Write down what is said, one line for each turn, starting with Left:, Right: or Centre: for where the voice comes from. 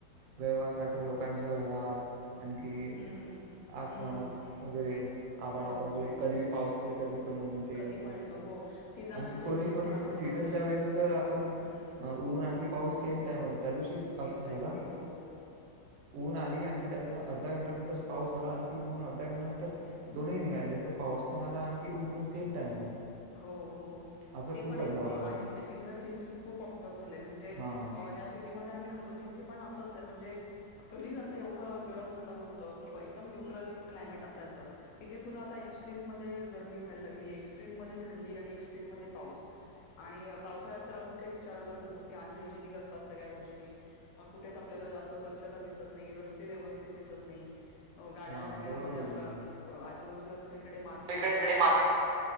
Right: व्यवहार लोकांचा व्यवहार आणखी
Left: हम्म
Right: आसमानात
Left: हम्म
Right: वगैरे, आभाळात
Left: हो
Right: वगैरे,
Left: हो
Right: कधी बी पाऊस येते, कधी पण ऊन येते,
Left: कधी पण येतो हो सीझनल
Right: आणखी कोणी
Left: चेंजेस
Right: कोणी
Left: पण आपण
Right: सीझनच्या
Left: बघतोय
Right: वेळेस
Left: कारण की
Right: तर आपण
Left: हम्म
Right: ऊन आणखी पाऊस सेम टाइमवर त्या दिवशी असं
Left: सेम
Right: झालं.
Left: टाइमावर हो
Right: ऊन आली आणखी त्याच्या अर्ध्या घंटाानंतर पाऊस आला आणखी मग अर्ध्या घंटाानंतर दोन्ही निघाले जस की पाऊस पण आला आणखी ऊन पण सेम टाईमवर
Left: हो हो
Right: असा
Left: ते
Right: खूप
Left: पण
Right: बदलाव
Left: एक आहे
Right: होत
Left: म्हणजे सिझनर चेंजेस खूप ऑबजर झाले म्हणजे
Right: हां
Left: ज्या सिटीमध्ये आम्ही राहतो. तिथे पण असच आहे म्हणजे कधीच असं एवढं गरम झाल नव्हतं. किंवा एकदम न्यूट्रल क्लायमेट असायचं, तिथे सुद्धा आता एक्स्ट्रीम मध्ये गरमी व्हायला लागली. एक्स्ट्रीम मध्ये थंडी, आणि एक्स्ट्रीम मध्ये पाऊस, आणि पावसाळ्यात तर अजून काही विचारायलाच नको. की अनहायजेनिक असतात सगळ्या गोष्टी, कुठेच आपल्याला जास्त स्वच्छता दिसत नाही रस्ते व्यवस्थित दिसत नाही. गाड्या
Right: हां
Left: अं सगळ्या
Right: बरोबर
Left: म्हणजे
Right: बोलला
Left: आपलं
Right: तुम्ही
Left: आजूबाजूला सगळीकडे माती के
Right: सगळीकडे
Left: म्हणजे असं
Right: मा